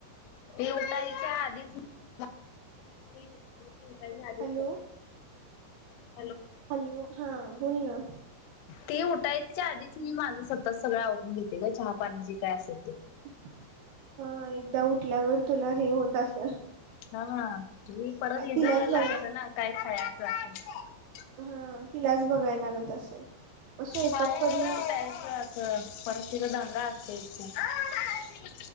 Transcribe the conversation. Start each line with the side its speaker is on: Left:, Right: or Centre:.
Left: ही उठायच्या आधीच म <unintelligible> ही उठायच्या आधीच
Right: हॅलो
Left: करते. <inaudible>
Right: हॅलो, हा बोल ना
Left: ती उठायच्या आधीच मी माझं स्वतः सगळं आवरून घेते ग, चहा पाणी जे काय असेल ते
Right: हा एकदा उठल्यावर तुला हे होत असल
Left: हा ना, ही परत हिज
Right: तिलाच बघाय
Left: लागत ना, काय खाया चा तेन
Right: हा तिलाच बघाय लागत असेल. स्वयंपाक
Left: खायच,
Right: कधी
Left: प्यायचं अस परत तिजा दंगा असतयची की